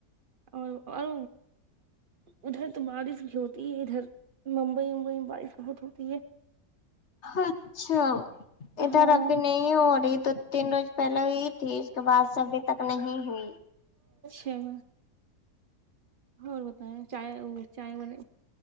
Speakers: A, on the right (about 65°); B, on the left (about 45°).
A: اور اور ادھر تو بارش بھی ہوتی ہے ادھر ممبئی ومبئی میں بارش بہت ہوتی ہے
B: اچھا ادھر
A: ہاں
B: ابھی نہیں ہو رہی دو تین روز پہلے ہوئی تھی اس کے بعد سے ابھی تک نہیں ہو
A: جچھ میںا اور بتائیں چائے چائے بنے